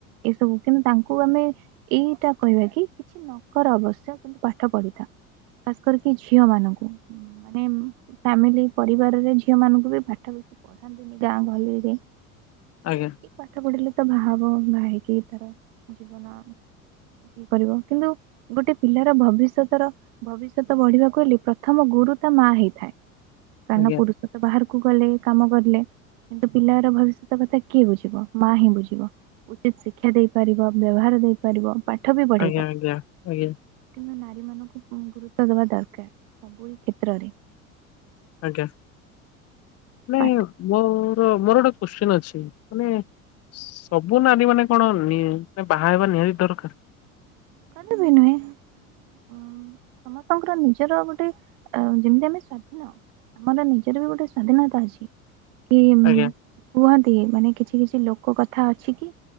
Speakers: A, on the right (about 60°); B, on the left (about 35°).
A: ଏସବୁ କିନ୍ତୁ ତାଙ୍କୁ ଆମେ ଏଇଟା କହିବା କି କିଛି ନକର ଅବଶ୍ୟ କିନ୍ତୁ ପାଠ ପଢିଥା ଖାସ କରିକି ଝିଅ ମାନଙ୍କୁ ମାନେ ଫାମିଲି ପରିବାରରେ ଝିଅ ମାନଙ୍କୁ ବି ପାଠ ବେଶୀ ପଢ଼ୀ ଥାନ୍ତିନି ଗାଁ ଗହଳିରେ
B: ଆଜ୍ଞା।
A: କି ପାଠ ପଢିଲେ ତ ବାହା ହବ। ବାହା ହେଇକି ତାର ଜୀବନ ଇଏ କରିବ କିନ୍ତୁ ଗୋଟେ ପିଲାର ଭବିଷ୍ୟତର ଭବିଷ୍ୟତ ବଢିବାକୁ ହେଲେ ପ୍ରଥମ ଗୁରୁ ତା ମା ହେଇଥାଏ। କାରଣ
B: ଆଜ୍ଞା
A: ପୁରୁଷ ତ ବାହାରକୁ ଗଲେ କାମ କଲେ କିନ୍ତୁ ପିଲାର ଭବିଷ୍ୟତ କଥା କିଏ ବୁଝିବ ମା ହିଁ ବୁଝିବ ଉଚିତ ଶିକ୍ଷା ଦେଇପାରିବ ବ୍ୟବହାର ଦେଇପାରିବ। ପାଠ ବି ପଢ଼େଇ
B: ଆଜ୍ଞା
A: ପାରିବ।
B: ଆଜ୍ଞା ଆଜ୍ଞା
A: କିନ୍ତୁ ନାରୀ ମାନଙ୍କୁ ଗୁରୁତ୍ୱ ଦବା ଦରକାର ସବୁରି କ୍ଷେତ୍ରରେ।
B: ଆଜ୍ଞା ନାଇଁ
A: ପାଠ
B: ମୋର ମୋର ଗୋଟେ କୋଶ୍ଚିନ ଅଛି? ମାନେ ସବୁ ନାରୀ ମାନେ କଣ ନି ବାହା ହେବା ନିହାତି ଦରକାର?
A: କଦାପି ନୁହେଁ। ସମସ୍ତଙ୍କର ନିଜର ଗୋଟେ ଯେମିତି ଆମେ ସ୍ଵାଧୀନ ଆମର ନିଜର ବି ଗୋଟେ ସ୍ଵାଧୀନତା ଅଛି କି
B: ଆଜ୍ଞା
A: କୁହନ୍ତି ମାନେ କିଛି କିଛି ଲୋକ କଥା ଅଛି କି?